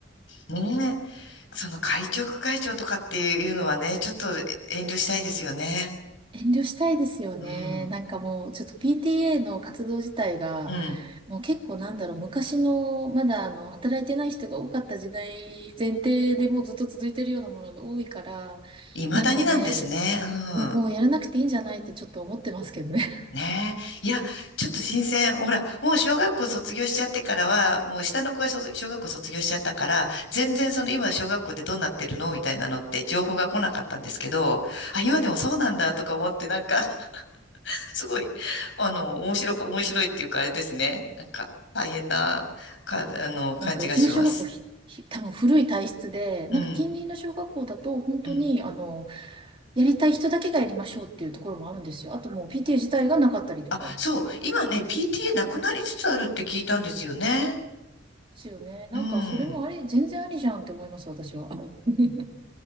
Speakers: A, on the left; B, on the right.
A: ねえ。その会長、副会長とかっていうのはね、ちょっと遠慮したいですよね。
B: 遠慮したいですよね。
A: うん。
B: なんかもう、ちょっと PTA の活動自体が、
A: うん。
B: もう結構なんだろう、昔の、まだあの、働いてない人が多かった時代前提でもうずっと続いてるようなものが多いから、
A: 未だになんですね。
B: なんかね、
A: うん。
B: もう、もうやらなくていいんじゃないってちょっと思ってますけどね。
A: ねえ。いや、ちょっと新鮮。ほら、もう小学校卒業しちゃってからは、もう下の子が小、小学校卒業しちゃったから、全然その今小学校でどうなってるのみたいなのって情報が来なかったんですけど、あ、今でもそうなんだとか思ってなんか <laughs> すごい、あの、面白か、面白いっていうかあれですね。なんか、大変な、か、あの、
B: <laughs>
A: 感じがします。
B: なんかうちの小学校ひ、ひ多分古い体質で、
A: うん、
B: なんか近隣の小学校だと本当に、
A: うん。
B: あの、やりたい人だけがやりましょうっていうところもあるんですよ。あともう PTA 自体がなかったりとか。
A: あ、そう、今ね、PTA なくなりつつあるって聞いたんですよね。
B: ですよね。なんか、
A: うん。
B: それもあり、全然ありじゃんって思います、私は。<laughs>